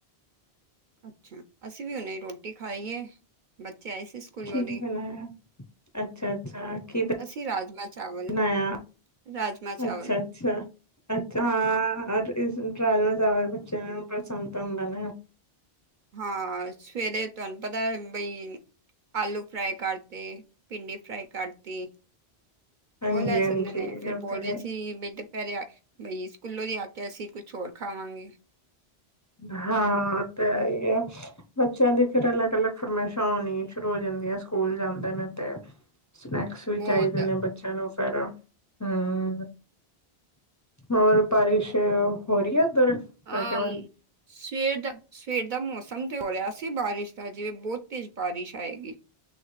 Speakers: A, on the right; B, on the left.
A: ਅੱਛਾ, ਅਸੀਂ ਵੀਓਨੇ ਰੋਟੀ ਖਾਈਏ ਬੱਚੇ ਆਏ ਸੀ। ਸਕੂਲੋਂ
B: ਕੀਂ
A: ਦੀ,
B: ਬਣਾ? <unintelligible> ਅੱਛਾ, ਅੱਛਾ ਕੀ ਬਣਾਇਆ।
A: ਅਸੀਂ ਰਾਜਮਾਂ ਚਾਵਲ, ਰਾਜਮਾਂ ਚਾਵਲ।
B: ਅੱਛਾ ਆ ਅੱਛਾ, ਅੱਛਾ ਹਾਂ ਰਾਜਮਾ ਚਾਵਲ ਬੱਚਿਆਂ ਨੂੰ ਪਸੰਦ ਤਾਂ ਹੁੰਦਾ ਨੇ।
A: ਹਾਂ 'ਸਵੇਰੇ' ਤੁਹਾਨੂੰ ਪਤਾ ਬਈ। ਆਲੂ ਫਰਾਈ ਕਰਤੀ, ਭਿੰਡੀ ਫਰਾਈ ਕਰਤੀ।
B: ਹਾਂਜੀ-ਹਾਂਜੀ,
A: ਉਹ ਲੈ ਜਾਂਦੇ ਨੇ
B: ਇਹ
A: ਫੇਰ ਬੋਲਦੇ
B: ਤਾਂ ਹੈ।
A: ਸੀ ਮੇਢ ਪੈਰੇ ਆਂ। ਬਈ 'ਸਕੂਲੋਂ'ਦੀ ਆ ਕੇ ਅਸੀਂ ਕੁਛ ਹੋਰ ਖਾਵਾਂਗੇ।
B: ਹਾਂ ਆਂ ਤਾ ਹੇਗਾ। ਬੱਚਿਆਂ ਦੀ ਫਿਰ ਅਲੱਗ, ਅਲੱਗ ਫਰਮਾਇਸ਼ਾਂ ਹੋਣੀ ਸ਼ੁਰੂ ਹੋ ਜਾਂਦੀਆਂ। ਸਕੂਲ ਜਾਂਦੇ ਨੇ ਤੇ 'ਸਨੈਕਸ' ਵੀ
A: ਬਹੁਤ
B: ਚਾਹੀਦੇ ਨੇ। ਚਲੋ ਫਿਰ, ਹਮ ਹੋਰ ਬਾਰਿਸ਼। ਹੋ ਰਹੀ ਹੈ। ਉਧਰ ਤੁਹਾਡੇ
A: ਹਾਂ
B: ਵੱਲ
A: ਸਵੇਰ ਦਾ ਸਵੇਰ ਦਾ ਮੌਸਮ ਤੇ ਹੋ ਰਿਹਾ ਸੀ। ਬਾਰਿਸ਼ ਦਾ ਜਿਵੇਂ ਬਹੁਤ ਤੇਜ਼ 'ਬਾਰਿਸ਼' ਆਏਗੀ।